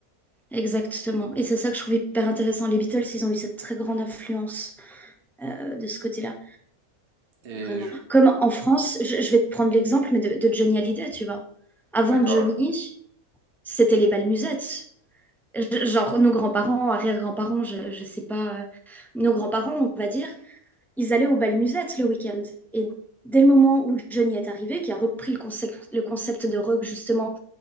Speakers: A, in the centre; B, on the right.
A: Exactement. Et c'est ça que je trouve hyper intéressant. Les Beatles, ils ont eu cette très grande influence euh, de ce côté-là.
B: Et
A: Vraiment.
B: je-
A: Comme en France, je, je vais te prendre l'exemple, mais de, de Johnny Hallyday, tu vois. Avant
B: d'accord.
A: Johnny, c'était les belles musettes. Je- Genre, nos grands-parents, arrière-grands-parents, je, je sais pas, euh, nos grands-parents, on va dire, ils allaient aux bal musettes le week-end. Et dès le moment où Johnny est arrivé, qui a repris le concept, le concept de rock, justement,